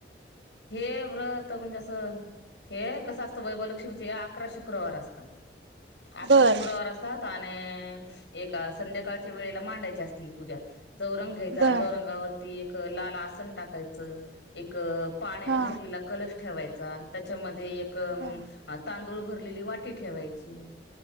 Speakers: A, on the left; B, on the right.
A: हे व्रत म्हणजे असं हे कसं असतं वैभवलक्ष्मीचे अकरा शुक्रवार असतात. अकरा
B: बर
A: शुक्रवार असतात आणि एक संध्याकाळच्या वेळेला मांडायची असते ही पूजा चौरंग घ्यायचा
B: बर
A: चौरंगावरती एक लाल आसन टाकायच, एक पाण्यानी
B: हा
A: भरलेला कलश ठेवायचा त्याच्यामध्ये एक
B: बर
A: तांदूळ भरलेली वाटी ठेवायची.